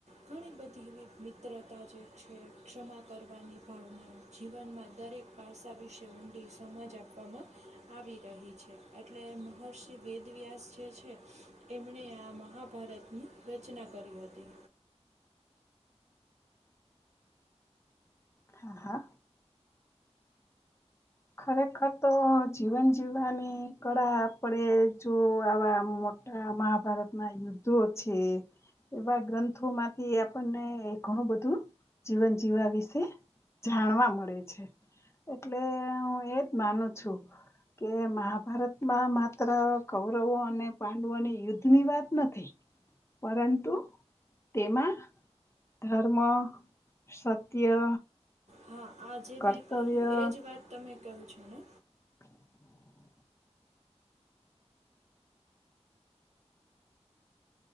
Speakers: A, on the right (about 80°); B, on the left (about 25°).
A: ઘણી બધી એવી મિત્રતા જે છે ક્ષમા કરવાની ભાવનાઓ જીવનમાં દરેક પાસા વિશે ઊંડી સમજ આ પવામાં આવી રહી છે એટલે મહર્ષિ વેદવ્યાસ જે છે એમણે આ મહાભારતની રચના કરી હતી.
B: હા, હા. ખરેખર તો જીવન જીવવાની કળા આપણેે જો આવા મો આ મહાભારતના યુદ્ધો છે એવા ગ્રંથોમાંથી આપણને ઘણું બધું જીવન જીવવા વિશે જાણવા મળે છે એટલે હું એજ માનું છું કે મહાભારતમાં માત્ર કૌરવો અને પાંડવોની યુદ્ધ ની વાત નથી. પરંતુ તેમાં ધર્મ, સત્ય,
A: હા, આ જે
B: કર્તવ્ય
A: મેં કહ્યું એ જ વાત તમે કહો છો ને.
B: <inaudible>